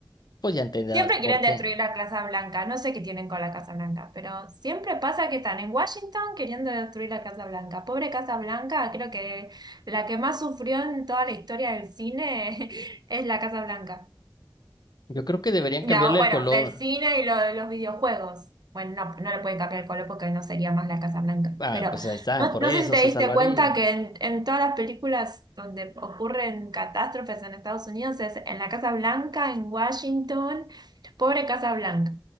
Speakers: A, on the left; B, on the right.
A: pues ya entenderás
B: siempre
A: por
B: quieren destruir
A: qué.
B: la Casa Blanca. No sé qué tienen con la Casa Blanca, pero siempre pasa que están en Washington queriendo destruir la Casa Blanca. Pobre Casa Blanca, creo que la que más sufrió en toda la historia del cine <laughs> es la Casa Blanca.
A: Yo creo que deberían
B: La
A: cambiarle
B: o- bueno,
A: el color.
B: del cine y lo de los videojuegos. Bueno, no, no le pueden cambiar el color porque no sería más la Casa Blanca.
A: Ah,
B: Pero
A: pues ahí está,
B: no,
A: por
B: no
A: eso
B: sé si te
A: se
B: diste
A: salvaría.
B: cuenta que en, en todas las películas donde ocurren catástrofes en Estados Unidos es en la Casa Blanca, en Washington. Pobre Casa Blanca.